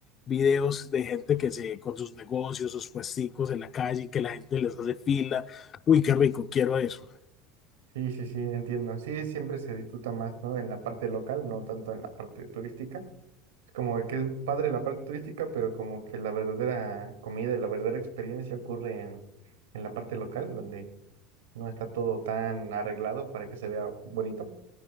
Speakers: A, on the left (about 40°); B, on the right (about 85°).
A: videos de gente que se, con sus negocios, sus puesticos en la calle, que la gente les hace fila. Uy, qué rico, quiero eso.
B: Sí, sí, sí, sí, entiendo. Sí, siempre se disfruta más, ¿no? En la parte local, no tanto en la parte turística. Como que es padre la parte turística, pero como que la verdadera comida y la verdadera experiencia ocurre en, en la parte local, donde no está todo tan arreglado para que se vea bonito.